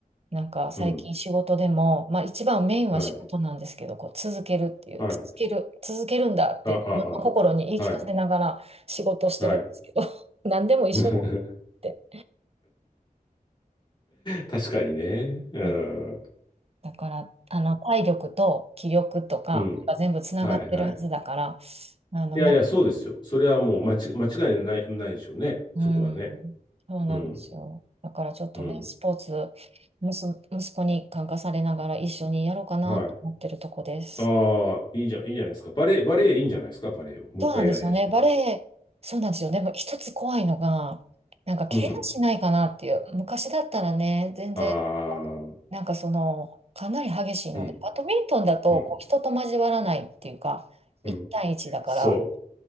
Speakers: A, on the right; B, on the left.
A: なんか最近仕事でも、
B: うん。
A: まあ一番メインは仕事なんですけど、
B: はい。
A: こう続けるっていう、
B: はい。
A: 続ける、続けるんだって自分の心に言い聞かせながら仕事してるんですけど、
B: あ、あ、あ。はい。はい。
A: <laughs> 何でも一緒だっ
B: <laughs>
A: て。
B: 確かにね。うん。
A: うんだから、あの、体力と気力とか、
B: うん。
A: なんか全部つながってるはずだから、
B: はい、はい。
A: あの、
B: いやいや、
A: な、
B: そうですよ。それはもう間違、間違いない、ないでしょうね。
A: うん、
B: そこはね。
A: そうなんですよ。
B: うん。
A: だからちょっとね、
B: うん。
A: スポーツ、息息子に感化されながら一緒にやろうかなと思ってるとこです。
B: はい。ああ、いいじゃん、いいじゃないですか。バレエ、バレエいいんじゃないですか、バレエを。もう一回やり始めたら。
A: そうなんですよね。バレエ、そうなんですよね。でも一つ怖いのが、なんか怪我しないかなっていう。
B: うん。
A: 昔だったらね、全然、
B: ああ、うん、
A: なんかその、かなり激しいので、
B: う
A: バドミントンだとこう人と交わらないっていうか、
B: ん、うん。
A: 1対1だから、
B: そ